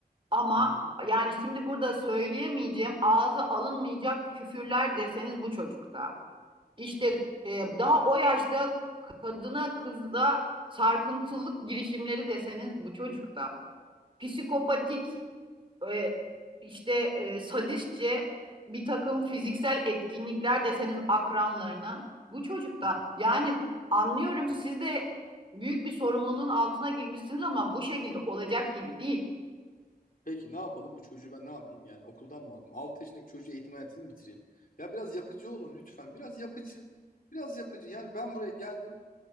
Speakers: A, on the right; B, on the left.
A: ama
B: Hı hı.
A: yani şimdi burada söyleyemeyeceğim ağzı alınmayacak küfürler deseniz bu çocukta. İşte e, daha o yaşta kadına kızda sarkıntılık girişimleri deseniz bu çocukta. Psikopatik e, işte e, sadistçe bir takım fiziksel etkinlikler deseniz akranlarına bu çocukta
B: hı.
A: yani anlıyorum siz de büyük bir sorumluluğun altına girmişsiniz ama bu şekilde olacak gibi değil.
B: Peki ne yapalım bu çocuğu ben ne yapayım yani okuldan mı alayım? 6 yaşındaki çocuğu eğitim hayatını mı bitireyim? Ya biraz yapıcı olun lütfen. Biraz yapıcı. Biraz yapıcı. Yani ben buraya geldim.